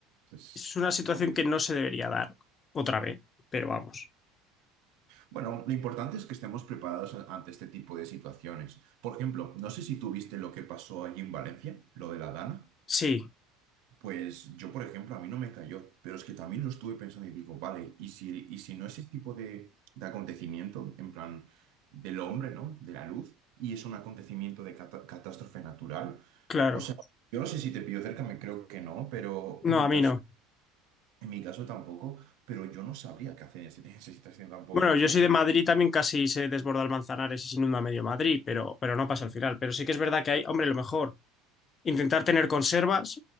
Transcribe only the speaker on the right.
Es
es jodido.
Bueno, lo importante es que estemos preparados a- ante este tipo de situaciones. Por ejemplo, no sé si tú viste lo que pasó allí en Valencia, lo de la Dana.
Pues yo, por ejemplo, a mí no me cayó, pero es que también lo estuve pensando y digo, vale, y si, y si no ese tipo de, de acontecimiento, en plan, del hombre, ¿no? De la luz, y es un acontecimiento de cata- catástrofe natural,
o sea, yo no sé si te pillo cerca, me creo que no, pero
en mi
caso,
en mi caso tampoco, pero yo no sabría qué hacer en ese- <laughs> en esa situación tampoco,
o
sea,